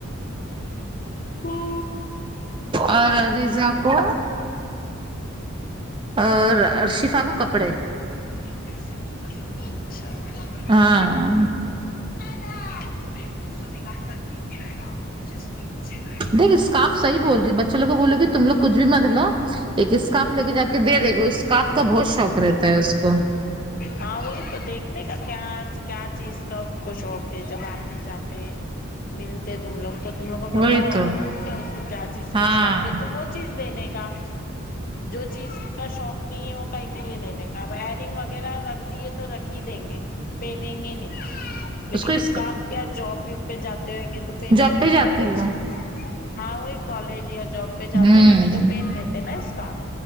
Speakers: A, on the left; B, on the right.
A: ہاں
B: اور ریضا کو اور شفا کو کپڑے
A: اچھا
B: ہاں
A: <unintelligible>
B: دیک اسکاف صحیح بول رہی بچوںوگ بولو گ کہ تم لو کچھ بھی مت لو ایک اسکاف لے کے جا کے دے دے گے اسکاف کا بہت شوق رہتا ہے اس کو
A: ہاں وہی تو دیکھنے کا کیا کیا چیز کا اس کو شوق کے جب آتے جاتے ملتے تم لوگ تو تم لوگ کو
B: وہی
A: پتہ ہوگا
B: تو
A: نا کیا اس کو کیا چیز
B: ہاں
A: کا شوق ہے تو چیز دینے کا جو چیز کا شوق نہیں ہے وہ کائی کے لیے دینے کا اب ایئرنگ وغیرہ رکھ دیے تو رکھ ہی دیں گے پہنیں گے نہیں لیکن
B: اس کو
A: اسکاف کیا جاب پہ جاتے ہویں گے تو پہن
B: جاب
A: لیتے
B: پہ جاتی
A: کالج
B: وہ
A: ہاں وہی کالج یا جاب پہ جاتے
B: ہوں
A: رہیں گے تو پین دیتے اسکارف